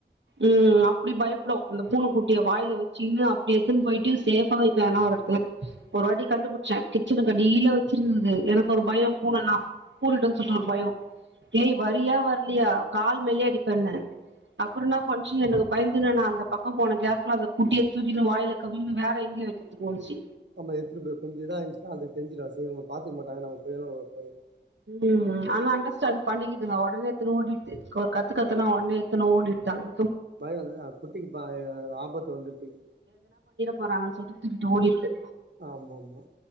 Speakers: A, on the right; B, on the right.
A: ம் அப்டி பயப்படு அந்த பூண கூட்டிய வாயில வச்சு அப்டி எத்துன்னு போயிட்டு சேஃபா வைக்கு எதுனா ஒரு எடத்துல ஒரு வாட்டி கண்டுபுடிச்சே கிச்சனுக்கு அடிய்ல வச்சு இருந்தது எனக்கு ஒரு பய பூனனா பூரிடு சொல்ட்டு ஒரு பயோ ஏய் வரியா வரலியா கால் மேலயே அடிப்பன்னே அப்புறோ என்னா பண்ச்சு எனக்கு பயந்துனு நா அந்த பக்க போன கேப்ல அந்த குட்டிய தூக்கின்னு வாயில கவ்வின்னு வேற எங்கயோ வைக்கத்துக்கு ஓடுச்சு
B: நம்ம எத்துட்டு போ கொஞ்ச இதா இருந்துச்சுா அதுக்கு தெஞ்சிட சரி உங்க பாத்துக்க மாட்டாங்க நங்க போய்ருவோ போய்ரு
A: உம் ஆனா அண்டர்ஸ்டாண்ட் பண்ணிக்கிதுங்க எடனேத்து ஓடிடுது ஒரு கத்துக்கத்தனா ஒடனே ஏடுத்துனு ஓடிட்டாங்க
B: பயம் வந்துங்க அது குட்டிக்கு பா ஆபத்து வந்து தூக்கிட்டு
A: போறங்கன்னு சொல்லிட்டு தூக்கிட்டு ஓடிடுருது
B: ஆமா ஆமா